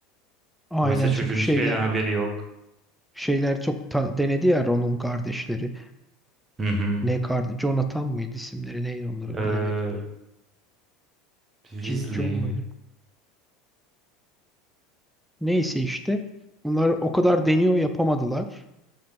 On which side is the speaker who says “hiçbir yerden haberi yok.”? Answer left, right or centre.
Right